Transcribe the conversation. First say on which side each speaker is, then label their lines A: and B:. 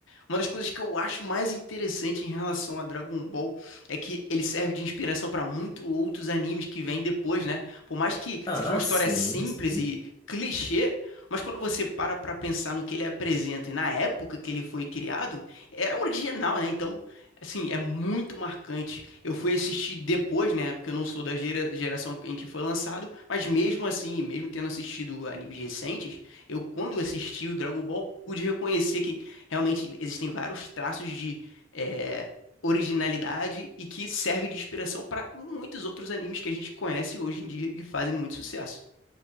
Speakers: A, on the left (about 70°); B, on the left (about 20°).
A: Uma das coisas que eu acho mais interessante em relação a Dragon Ball é que ele serve de inspiração para muitos outros animes que vêm depois, né? Por mais que
B: Ah,
A: seja uma história
B: sim,
A: simples
B: sim.
A: e clichê, mas quando você para para pensar no que ele apresenta e na época que ele foi criado, era original, né? Então, assim, é muito marcante. Eu fui assistir depois, né? Porque eu não sou da gera- geração em que foi lançado, mas mesmo assim, mesmo tendo assistido animes recentes, eu quando assisti o Dragon Ball pude reconhecer que realmente existem vários traços de é, originalidade e que serve de inspiração para muitos outros animes que a gente conhece hoje em dia e fazem muito sucesso.